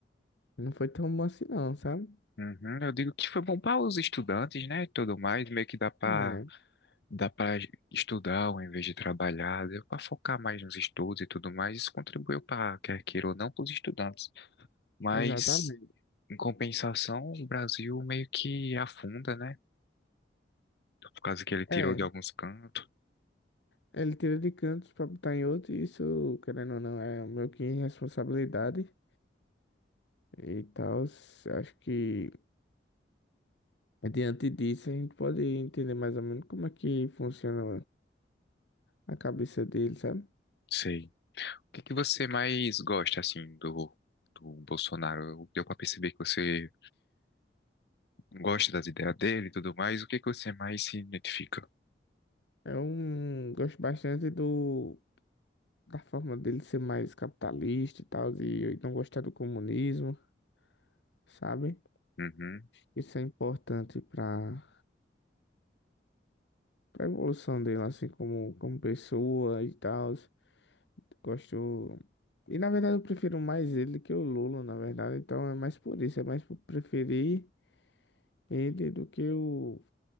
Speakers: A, on the left; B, on the left.
A: não foi tão bom assim não, sabe?
B: uhum, eu digo que foi bom para os estudantes, né, e tudo mais, meio que dá para
A: É,
B: dá para estudar ao invés de trabalhar, deu para focar mais nos estudos e tudo mais. Isso contribuiu para, quer queira ou não, para os estudantes. Mas,
A: exatamente.
B: em compensação, o Brasil meio que afunda, né? Por causa que ele tirou
A: É,
B: de alguns cantos.
A: Ele tira de cantos pra botar em outro, e isso, querendo ou não, é meio que responsabilidade e tal. Acho que diante disso a gente pode entender mais ou menos como é que funciona a cabeça dele, sabe?
B: Sei. O que que você mais gosta, assim, do, do Bolsonaro? Deu para perceber que você gosta das ideias dele e tudo mais. O que que você mais se identifica?
A: É um. Gosto bastante do da forma dele ser mais capitalista e tal, e não gostar do comunismo, sabe?
B: Uhum.
A: Isso é importante pra para evolução dele, assim, como, como pessoa e tal. Gosto. E na verdade eu prefiro mais ele do que o Lula, na verdade. Então é mais por isso, é mais por preferir ele do que o